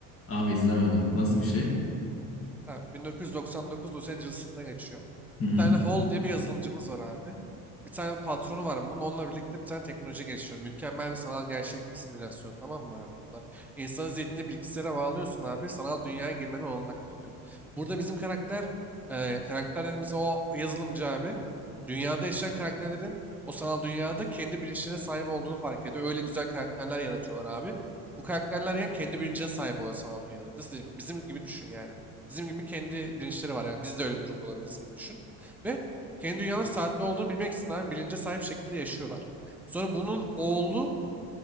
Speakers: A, on the left; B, in the centre.
A: Abi izlemedim. Nasıl bir şey?
B: Ha, 1999 Los Angeles'ında geçiyor.
A: Hı hı.
B: Bir tane Hall diye bir yazılımcımız var abi. Bir tane patronu var bunun. Onunla birlikte bir tane teknoloji geliştiriyor. Mükemmel bir sanal gerçeklik simülasyonu tamam mı abi? Bunda insanın zihnini bilgisayara bağlıyorsun abi. Sanal dünyaya girmenin olanak tanıyor. Burada bizim karakter, e, karakter dediğimiz o yazılımcı abi. Dünyada yaşayan karakterlerin o sanal dünyada kendi bilinçlerine sahip olduğunu fark ediyor. Öyle güzel karakterler yaratıyorlar abi. Bu karakterler yani kendi bilincine sahip oluyor sanal dünyada. Nasıl diyeyim? Bizim gibi düşün yani. Bizim gibi kendi bilinçleri var. Yani biz de öyle bir durumda olabiliriz gibi düşün. Ve kendi dünyanın saatte olduğunu bilmek için bilince sahip şekilde yaşıyorlar. Sonra bunun oğlu